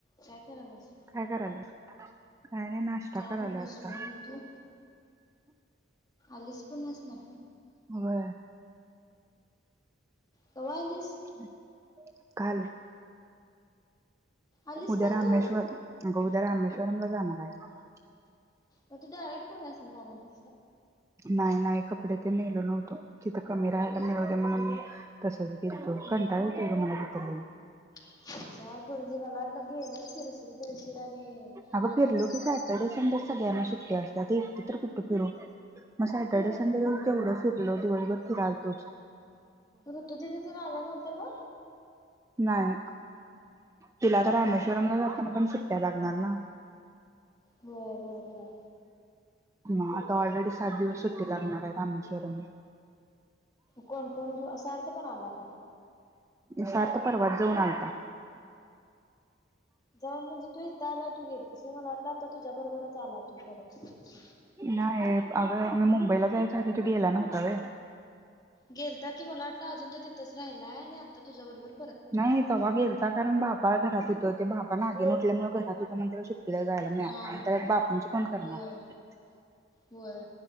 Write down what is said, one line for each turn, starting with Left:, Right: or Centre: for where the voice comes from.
Left: काय करायलास
Right: काय करायला काय नाही नाश्ता
Left: नाही
Right: करायला
Left: बसलोय
Right: आता
Left: मी तू आलीस पण आहेस ना
Right: होय
Left: कवा येतेस?
Right: हम् काल
Left: आलीस
Right: उद्या
Left: पण
Right: रामेश्वर
Left: तू
Right: ग उद्या रामेश्वरम ला जाणार आहे
Left: मग तू डायरेक्ट <inaudible>
Right: नाही नाही कपडे ते नेलो नव्हतो तिथं कमी राहायला मिळवते म्हणून तसच गेलतो
Left: हा
Right: कंटाळ येतोय ग मला तिथं लई
Left: सारपर जेवा लाड लागेल <unintelligible> फ सर ब <unintelligible> र आणि
Right: अगं फिरलो
Left: अलाला
Right: की
Left: दि <unintelligible>
Right: सॅटर्डे संडे सगळ्यांना सुट्ट्या असतात एकट तर कुठं फिरू. मग सॅटरडे
Left: होय
Right: संडे
Left: ते
Right: ये
Left: पण
Right: केवढं फिरलं दिवसभर राजगोर
Left: ऋतु दीदी तेन आलनव्हतं का?
Right: नाही तुला तर रामेश्वरमला जाताना पण लागणार ना.
Left: होय बरोबर आहे.
Right: म आता ऑलरेडी सात
Left: हम्म
Right: दिवस सुट्टी लागणार आहे. रामेश्वरम
Left: कोण कोण असा सार्थ पण आला काय
Right: सार्थ परवाच जाऊन आलता.
Left: जाऊन म्हणजे तु ला तू गेलतीस‌ होय मला वाटला तर तो तुझ्याबरच आला तो परत <unintelligible> <inaudible> ह
Right: नाही अग मी मुंबईला जायच्या आधी तो गेला नव्हता वय
Left: गेलता की मला वाटलं अजून तिथंच राहिलाय आणि आता तुझ्याबरोबर
Right: नाही तेव्हा गेलता कारण बापु घरात होतं ते बाबा नागिन उटल्यामुळे घरात होतीत म्हणून जायला मिळाल
Left: हा
Right: तर बापूंची कोण करणार
Left: होय होय